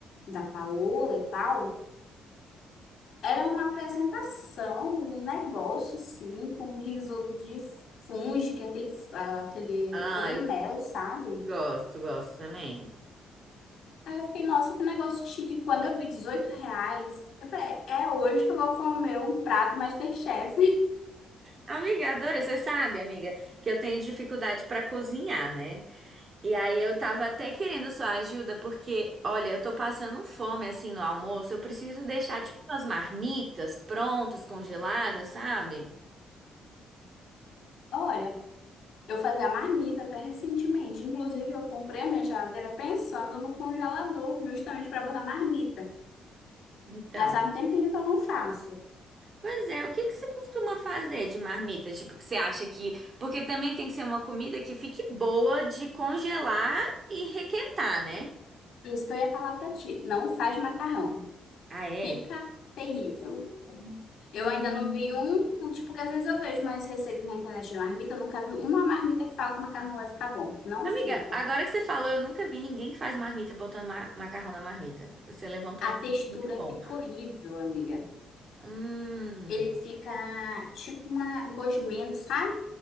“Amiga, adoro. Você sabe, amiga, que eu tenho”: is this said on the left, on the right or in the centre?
Right